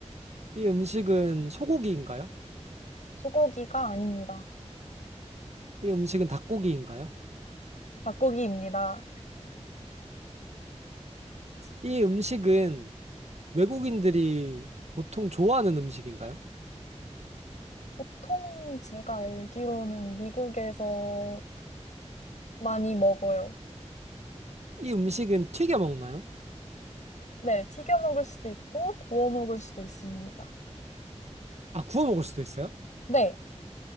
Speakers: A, on the right; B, on the left.
A: 이 음식은 소고기인가요?
B: 소고기가 아닙니다.
A: 이 음식은 닭고기인가요?
B: 닭고기입니다.
A: 이 음식은 외국인들이 보통 좋아하는 음식인가요?
B: 보통 제가 알기로는 미국에서 많이 먹어요.
A: 이 음식은 튀겨 먹나요?
B: 네, 튀겨 먹을 수도 있고 구워 먹을 수도 있습니다.
A: 아, 구워 먹을 수도 있어요?
B: 네,